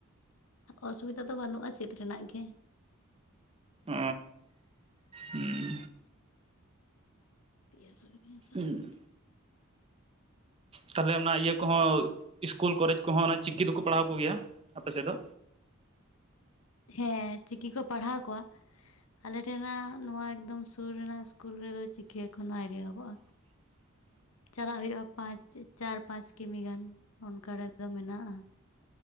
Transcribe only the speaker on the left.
ᱚᱥᱩᱵᱤᱫᱟ ᱫᱚ ᱵᱟᱹᱱᱩᱜᱼᱟ ᱪᱮᱫ ᱨᱮᱱᱟᱜ ᱜᱮ᱾
ᱛᱤ ᱦᱟᱥᱩ ᱠᱤᱫᱤᱧᱟ ᱥᱟᱵ
ᱥᱟᱵ ᱛᱮ᱾
ᱦᱮᱸ ᱪᱤᱠᱤ ᱠᱚ ᱯᱟᱲᱦᱟᱣ ᱠᱚᱣᱟ, ᱟᱞᱮ ᱴᱷᱮᱱᱟᱜ ᱱᱚᱣᱟ ᱮᱠᱫᱚᱢ ᱥᱩᱨ ᱨᱮᱱᱟᱜ ᱤᱥᱠᱩᱞ ᱨᱮᱫᱚ ᱪᱤᱠᱤ ᱮᱠᱷᱚᱱ ᱚ ᱟᱹᱶᱨᱤ ᱮᱦᱚᱵᱚᱜᱼᱟ᱾
ᱪᱟᱞᱟᱜ ᱦᱩᱭᱩᱜᱼᱟ ᱯᱟᱸᱪ ᱪᱟᱨ ᱯᱟᱸᱪ ᱠᱤᱢᱤ ᱜᱟᱱ ᱚᱱᱠᱟ ᱨᱮᱫᱚ ᱢᱮᱱᱟᱜᱼᱟ᱾